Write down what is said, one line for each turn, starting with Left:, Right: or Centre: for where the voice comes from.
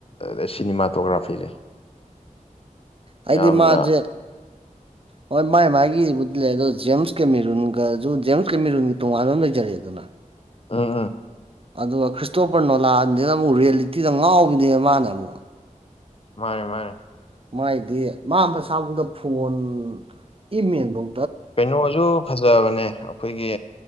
Left: ꯑꯗꯩ ꯁꯤꯅꯤꯃꯥꯇꯣꯒ꯭ꯔꯥꯐꯤꯁꯦ
Right: ꯑꯩꯗꯤ
Left: ꯌꯥꯝꯅ
Right: ꯃꯥꯖꯦ ꯍꯣꯏ ꯃꯥꯏ ꯃꯥꯏꯒꯤꯕꯨꯗꯤ ꯂꯩ ꯑꯗꯣ ꯖꯦꯝꯁ ꯀꯦꯃꯤꯔꯨꯟꯒꯁꯨꯨ ꯖꯦꯝꯁ ꯀꯦꯃꯤꯔꯨꯟ ꯇꯣꯉꯥꯟꯕꯥ ꯑꯃ ꯂꯩꯖꯔꯛꯑꯦꯗꯅ
Left: ꯎꯝ ꯎꯝ
Right: ꯑꯗꯨꯒ ꯈ꯭ꯔꯤꯁꯇꯣꯄꯔꯅꯣꯂꯥꯟꯁꯤꯅ ꯑꯃꯨꯛ ꯔꯤꯌꯦꯂꯤꯇꯤꯗ ꯉꯥꯎꯕꯤꯅꯦꯕ ꯃꯥꯅ ꯑꯃꯨꯛ
Left: ꯃꯥꯅꯦ ꯃꯥꯅꯦ
Right: ꯃꯥꯏꯗꯤ ꯃꯥ ꯃꯁꯥꯕꯨꯗ ꯐꯣꯟ ꯏꯃꯦꯜꯕꯧ
Left: ꯀꯩꯅꯣꯁꯨ ꯐꯖꯕꯅꯦ ꯑꯩꯈꯣꯏꯒꯤ